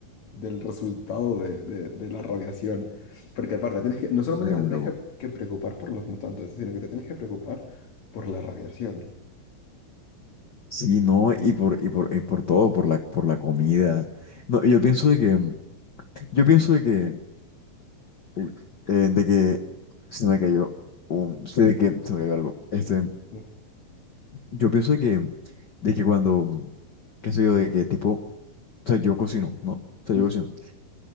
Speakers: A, on the left; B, on the left.
A: del resultado de, de- de la radiación. Porque aparte, tienes que, no solamente
B: Sería
A: te
B: muy
A: tienes
B: loco.
A: que, que preocupar por los mutantes, sino que te tienes que preocupar por la radiación.
B: Sí, no, y por, y por, y por todo, por la, por la comida. No, y yo pienso de que, yo pienso de que Uy, eh, de que se me cayó un, sí, de que se me cayó algo. Este,
A: ¿no?
B: yo pienso de que, de que cuando, qué sé yo, de que tipo, o sea, yo cocino, ¿no? O sea, yo
A: Mm,
B: cocino.